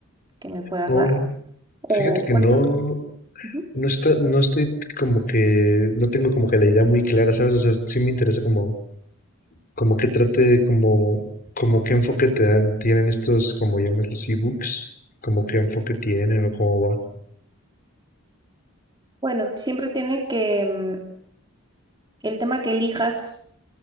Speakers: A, on the right (about 20°); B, on the left (about 40°).
A: que me puedas
B: Oh,
A: dar o
B: fíjate que
A: cuáles
B: no,
A: son tus metas. Ujú.
B: no está, no estoy como que, no tengo como que la idea muy clara, ¿sabes? O sea, sí me interesa como, como qué trate, como, como qué enfoque te dan, tienen estos, como llamas los ebooks, como qué enfoque tienen o cómo va.
A: Bueno, siempre tiene que mm, el tema que elijas